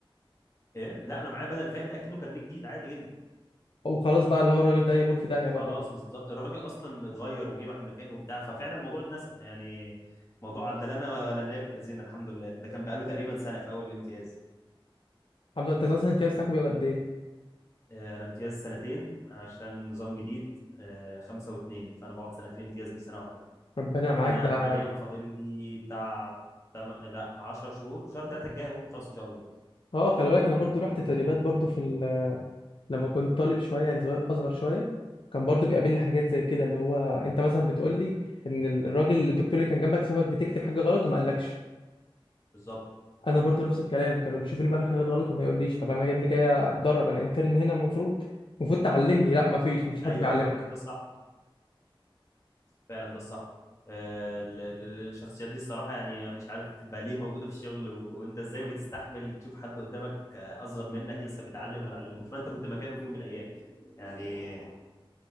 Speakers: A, on the left (about 30°); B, on the left (about 65°).
A: إيه؟ لا انا معايا بدل فائد اكنه كارنيه جديد عادي جدا
B: وخلاص بقى اللي هو الراجل ده يغور في داهيه
A: خلاص
B: بقى خلاص
A: بالظبط الراجل اصلا اتغير وجه واحد مكانه وبتاع ففعلا الموضوع اتنسى يعني موضوع عدلنا ولا النائب اتأذينا الحمد لله ده كان بقاله تقريبا سنه في اول الامتياز
B: الحمد لله انت اصلا الامتياز بتاعك بيبقى قد ايه
A: آه، انا امتياز سنتين عشان نظام جديد آه، خمسه واتنين فانا بقعد سنتين امتياز مش سنه واحده
B: ربنا معاك
A: فانا
B: ده
A: حاليا فاضل لي بتاع تم... لا 10 شهور شهر ثلاثه الجاي هم خلاص ان شاء الله
B: اه خلي بالك انا برضو رحت تدريبات برضو في ال... لما كنت طالب شويه يعني صغير اصغر شويه كان برضو بيقابلني حاجات زي كده اللي هو انت مثلا بتقول لي ان الراجل الدكتور اللي كان جنبك سابك بتكتب حاجه غلط وما قالكش
A: بالظبط
B: انا برضو نفس الكلام كانوا بيشوفوني بعمل حاجات غلط وما يقوليش طب انا يا ابني جاي اتدرب انا انترن هنا المفروض المفروض تعلمني
A: بالظبط
B: لا مفيش مفيش حد
A: ايوه
B: بيعلمك
A: ايوه فعلا ده الصح فعلا ده الصح آه، ال- ال- ال- الشخصيات دي الصراحة يعني مش عارف بتبقى ليه موجودة في الشغل و... وانت ازاي بتستحمل تشوف حد قدامك آه، اصغر منك لسه بيتعلم وما اتعلموش فانت كنت مكانه في يوم من الايام يعني